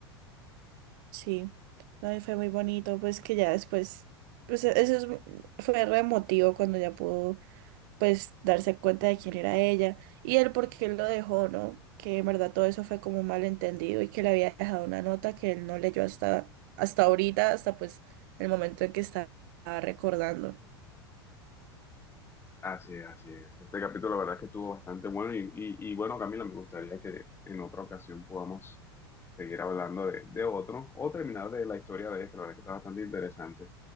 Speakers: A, on the right; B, on the left.
A: Sí, no, y fue muy bonito, pues que ya después, pues e- eso es mu- fue re emotivo cuando ya pudo, pues, darse cuenta de quién era ella y el por qué él lo dejó, ¿no? Que en verdad todo eso fue como un malentendido y que le había dejado una nota que él no leyó hasta, hasta ahorita, hasta pues el momento en que estaba recordando.
B: Así es, así es. Este capítulo la verdad es que estuvo bastante bueno y, y- y bueno, Camila, me gustaría que en otra ocasión podamos seguir hablando de, de otro o terminar de la historia de este, la verdad que está bastante interesante.